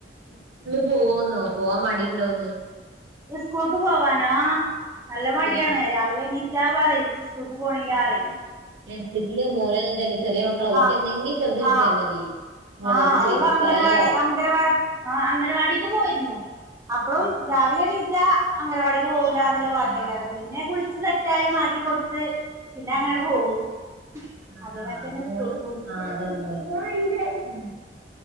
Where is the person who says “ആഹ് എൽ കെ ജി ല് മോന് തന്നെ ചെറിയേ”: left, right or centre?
Right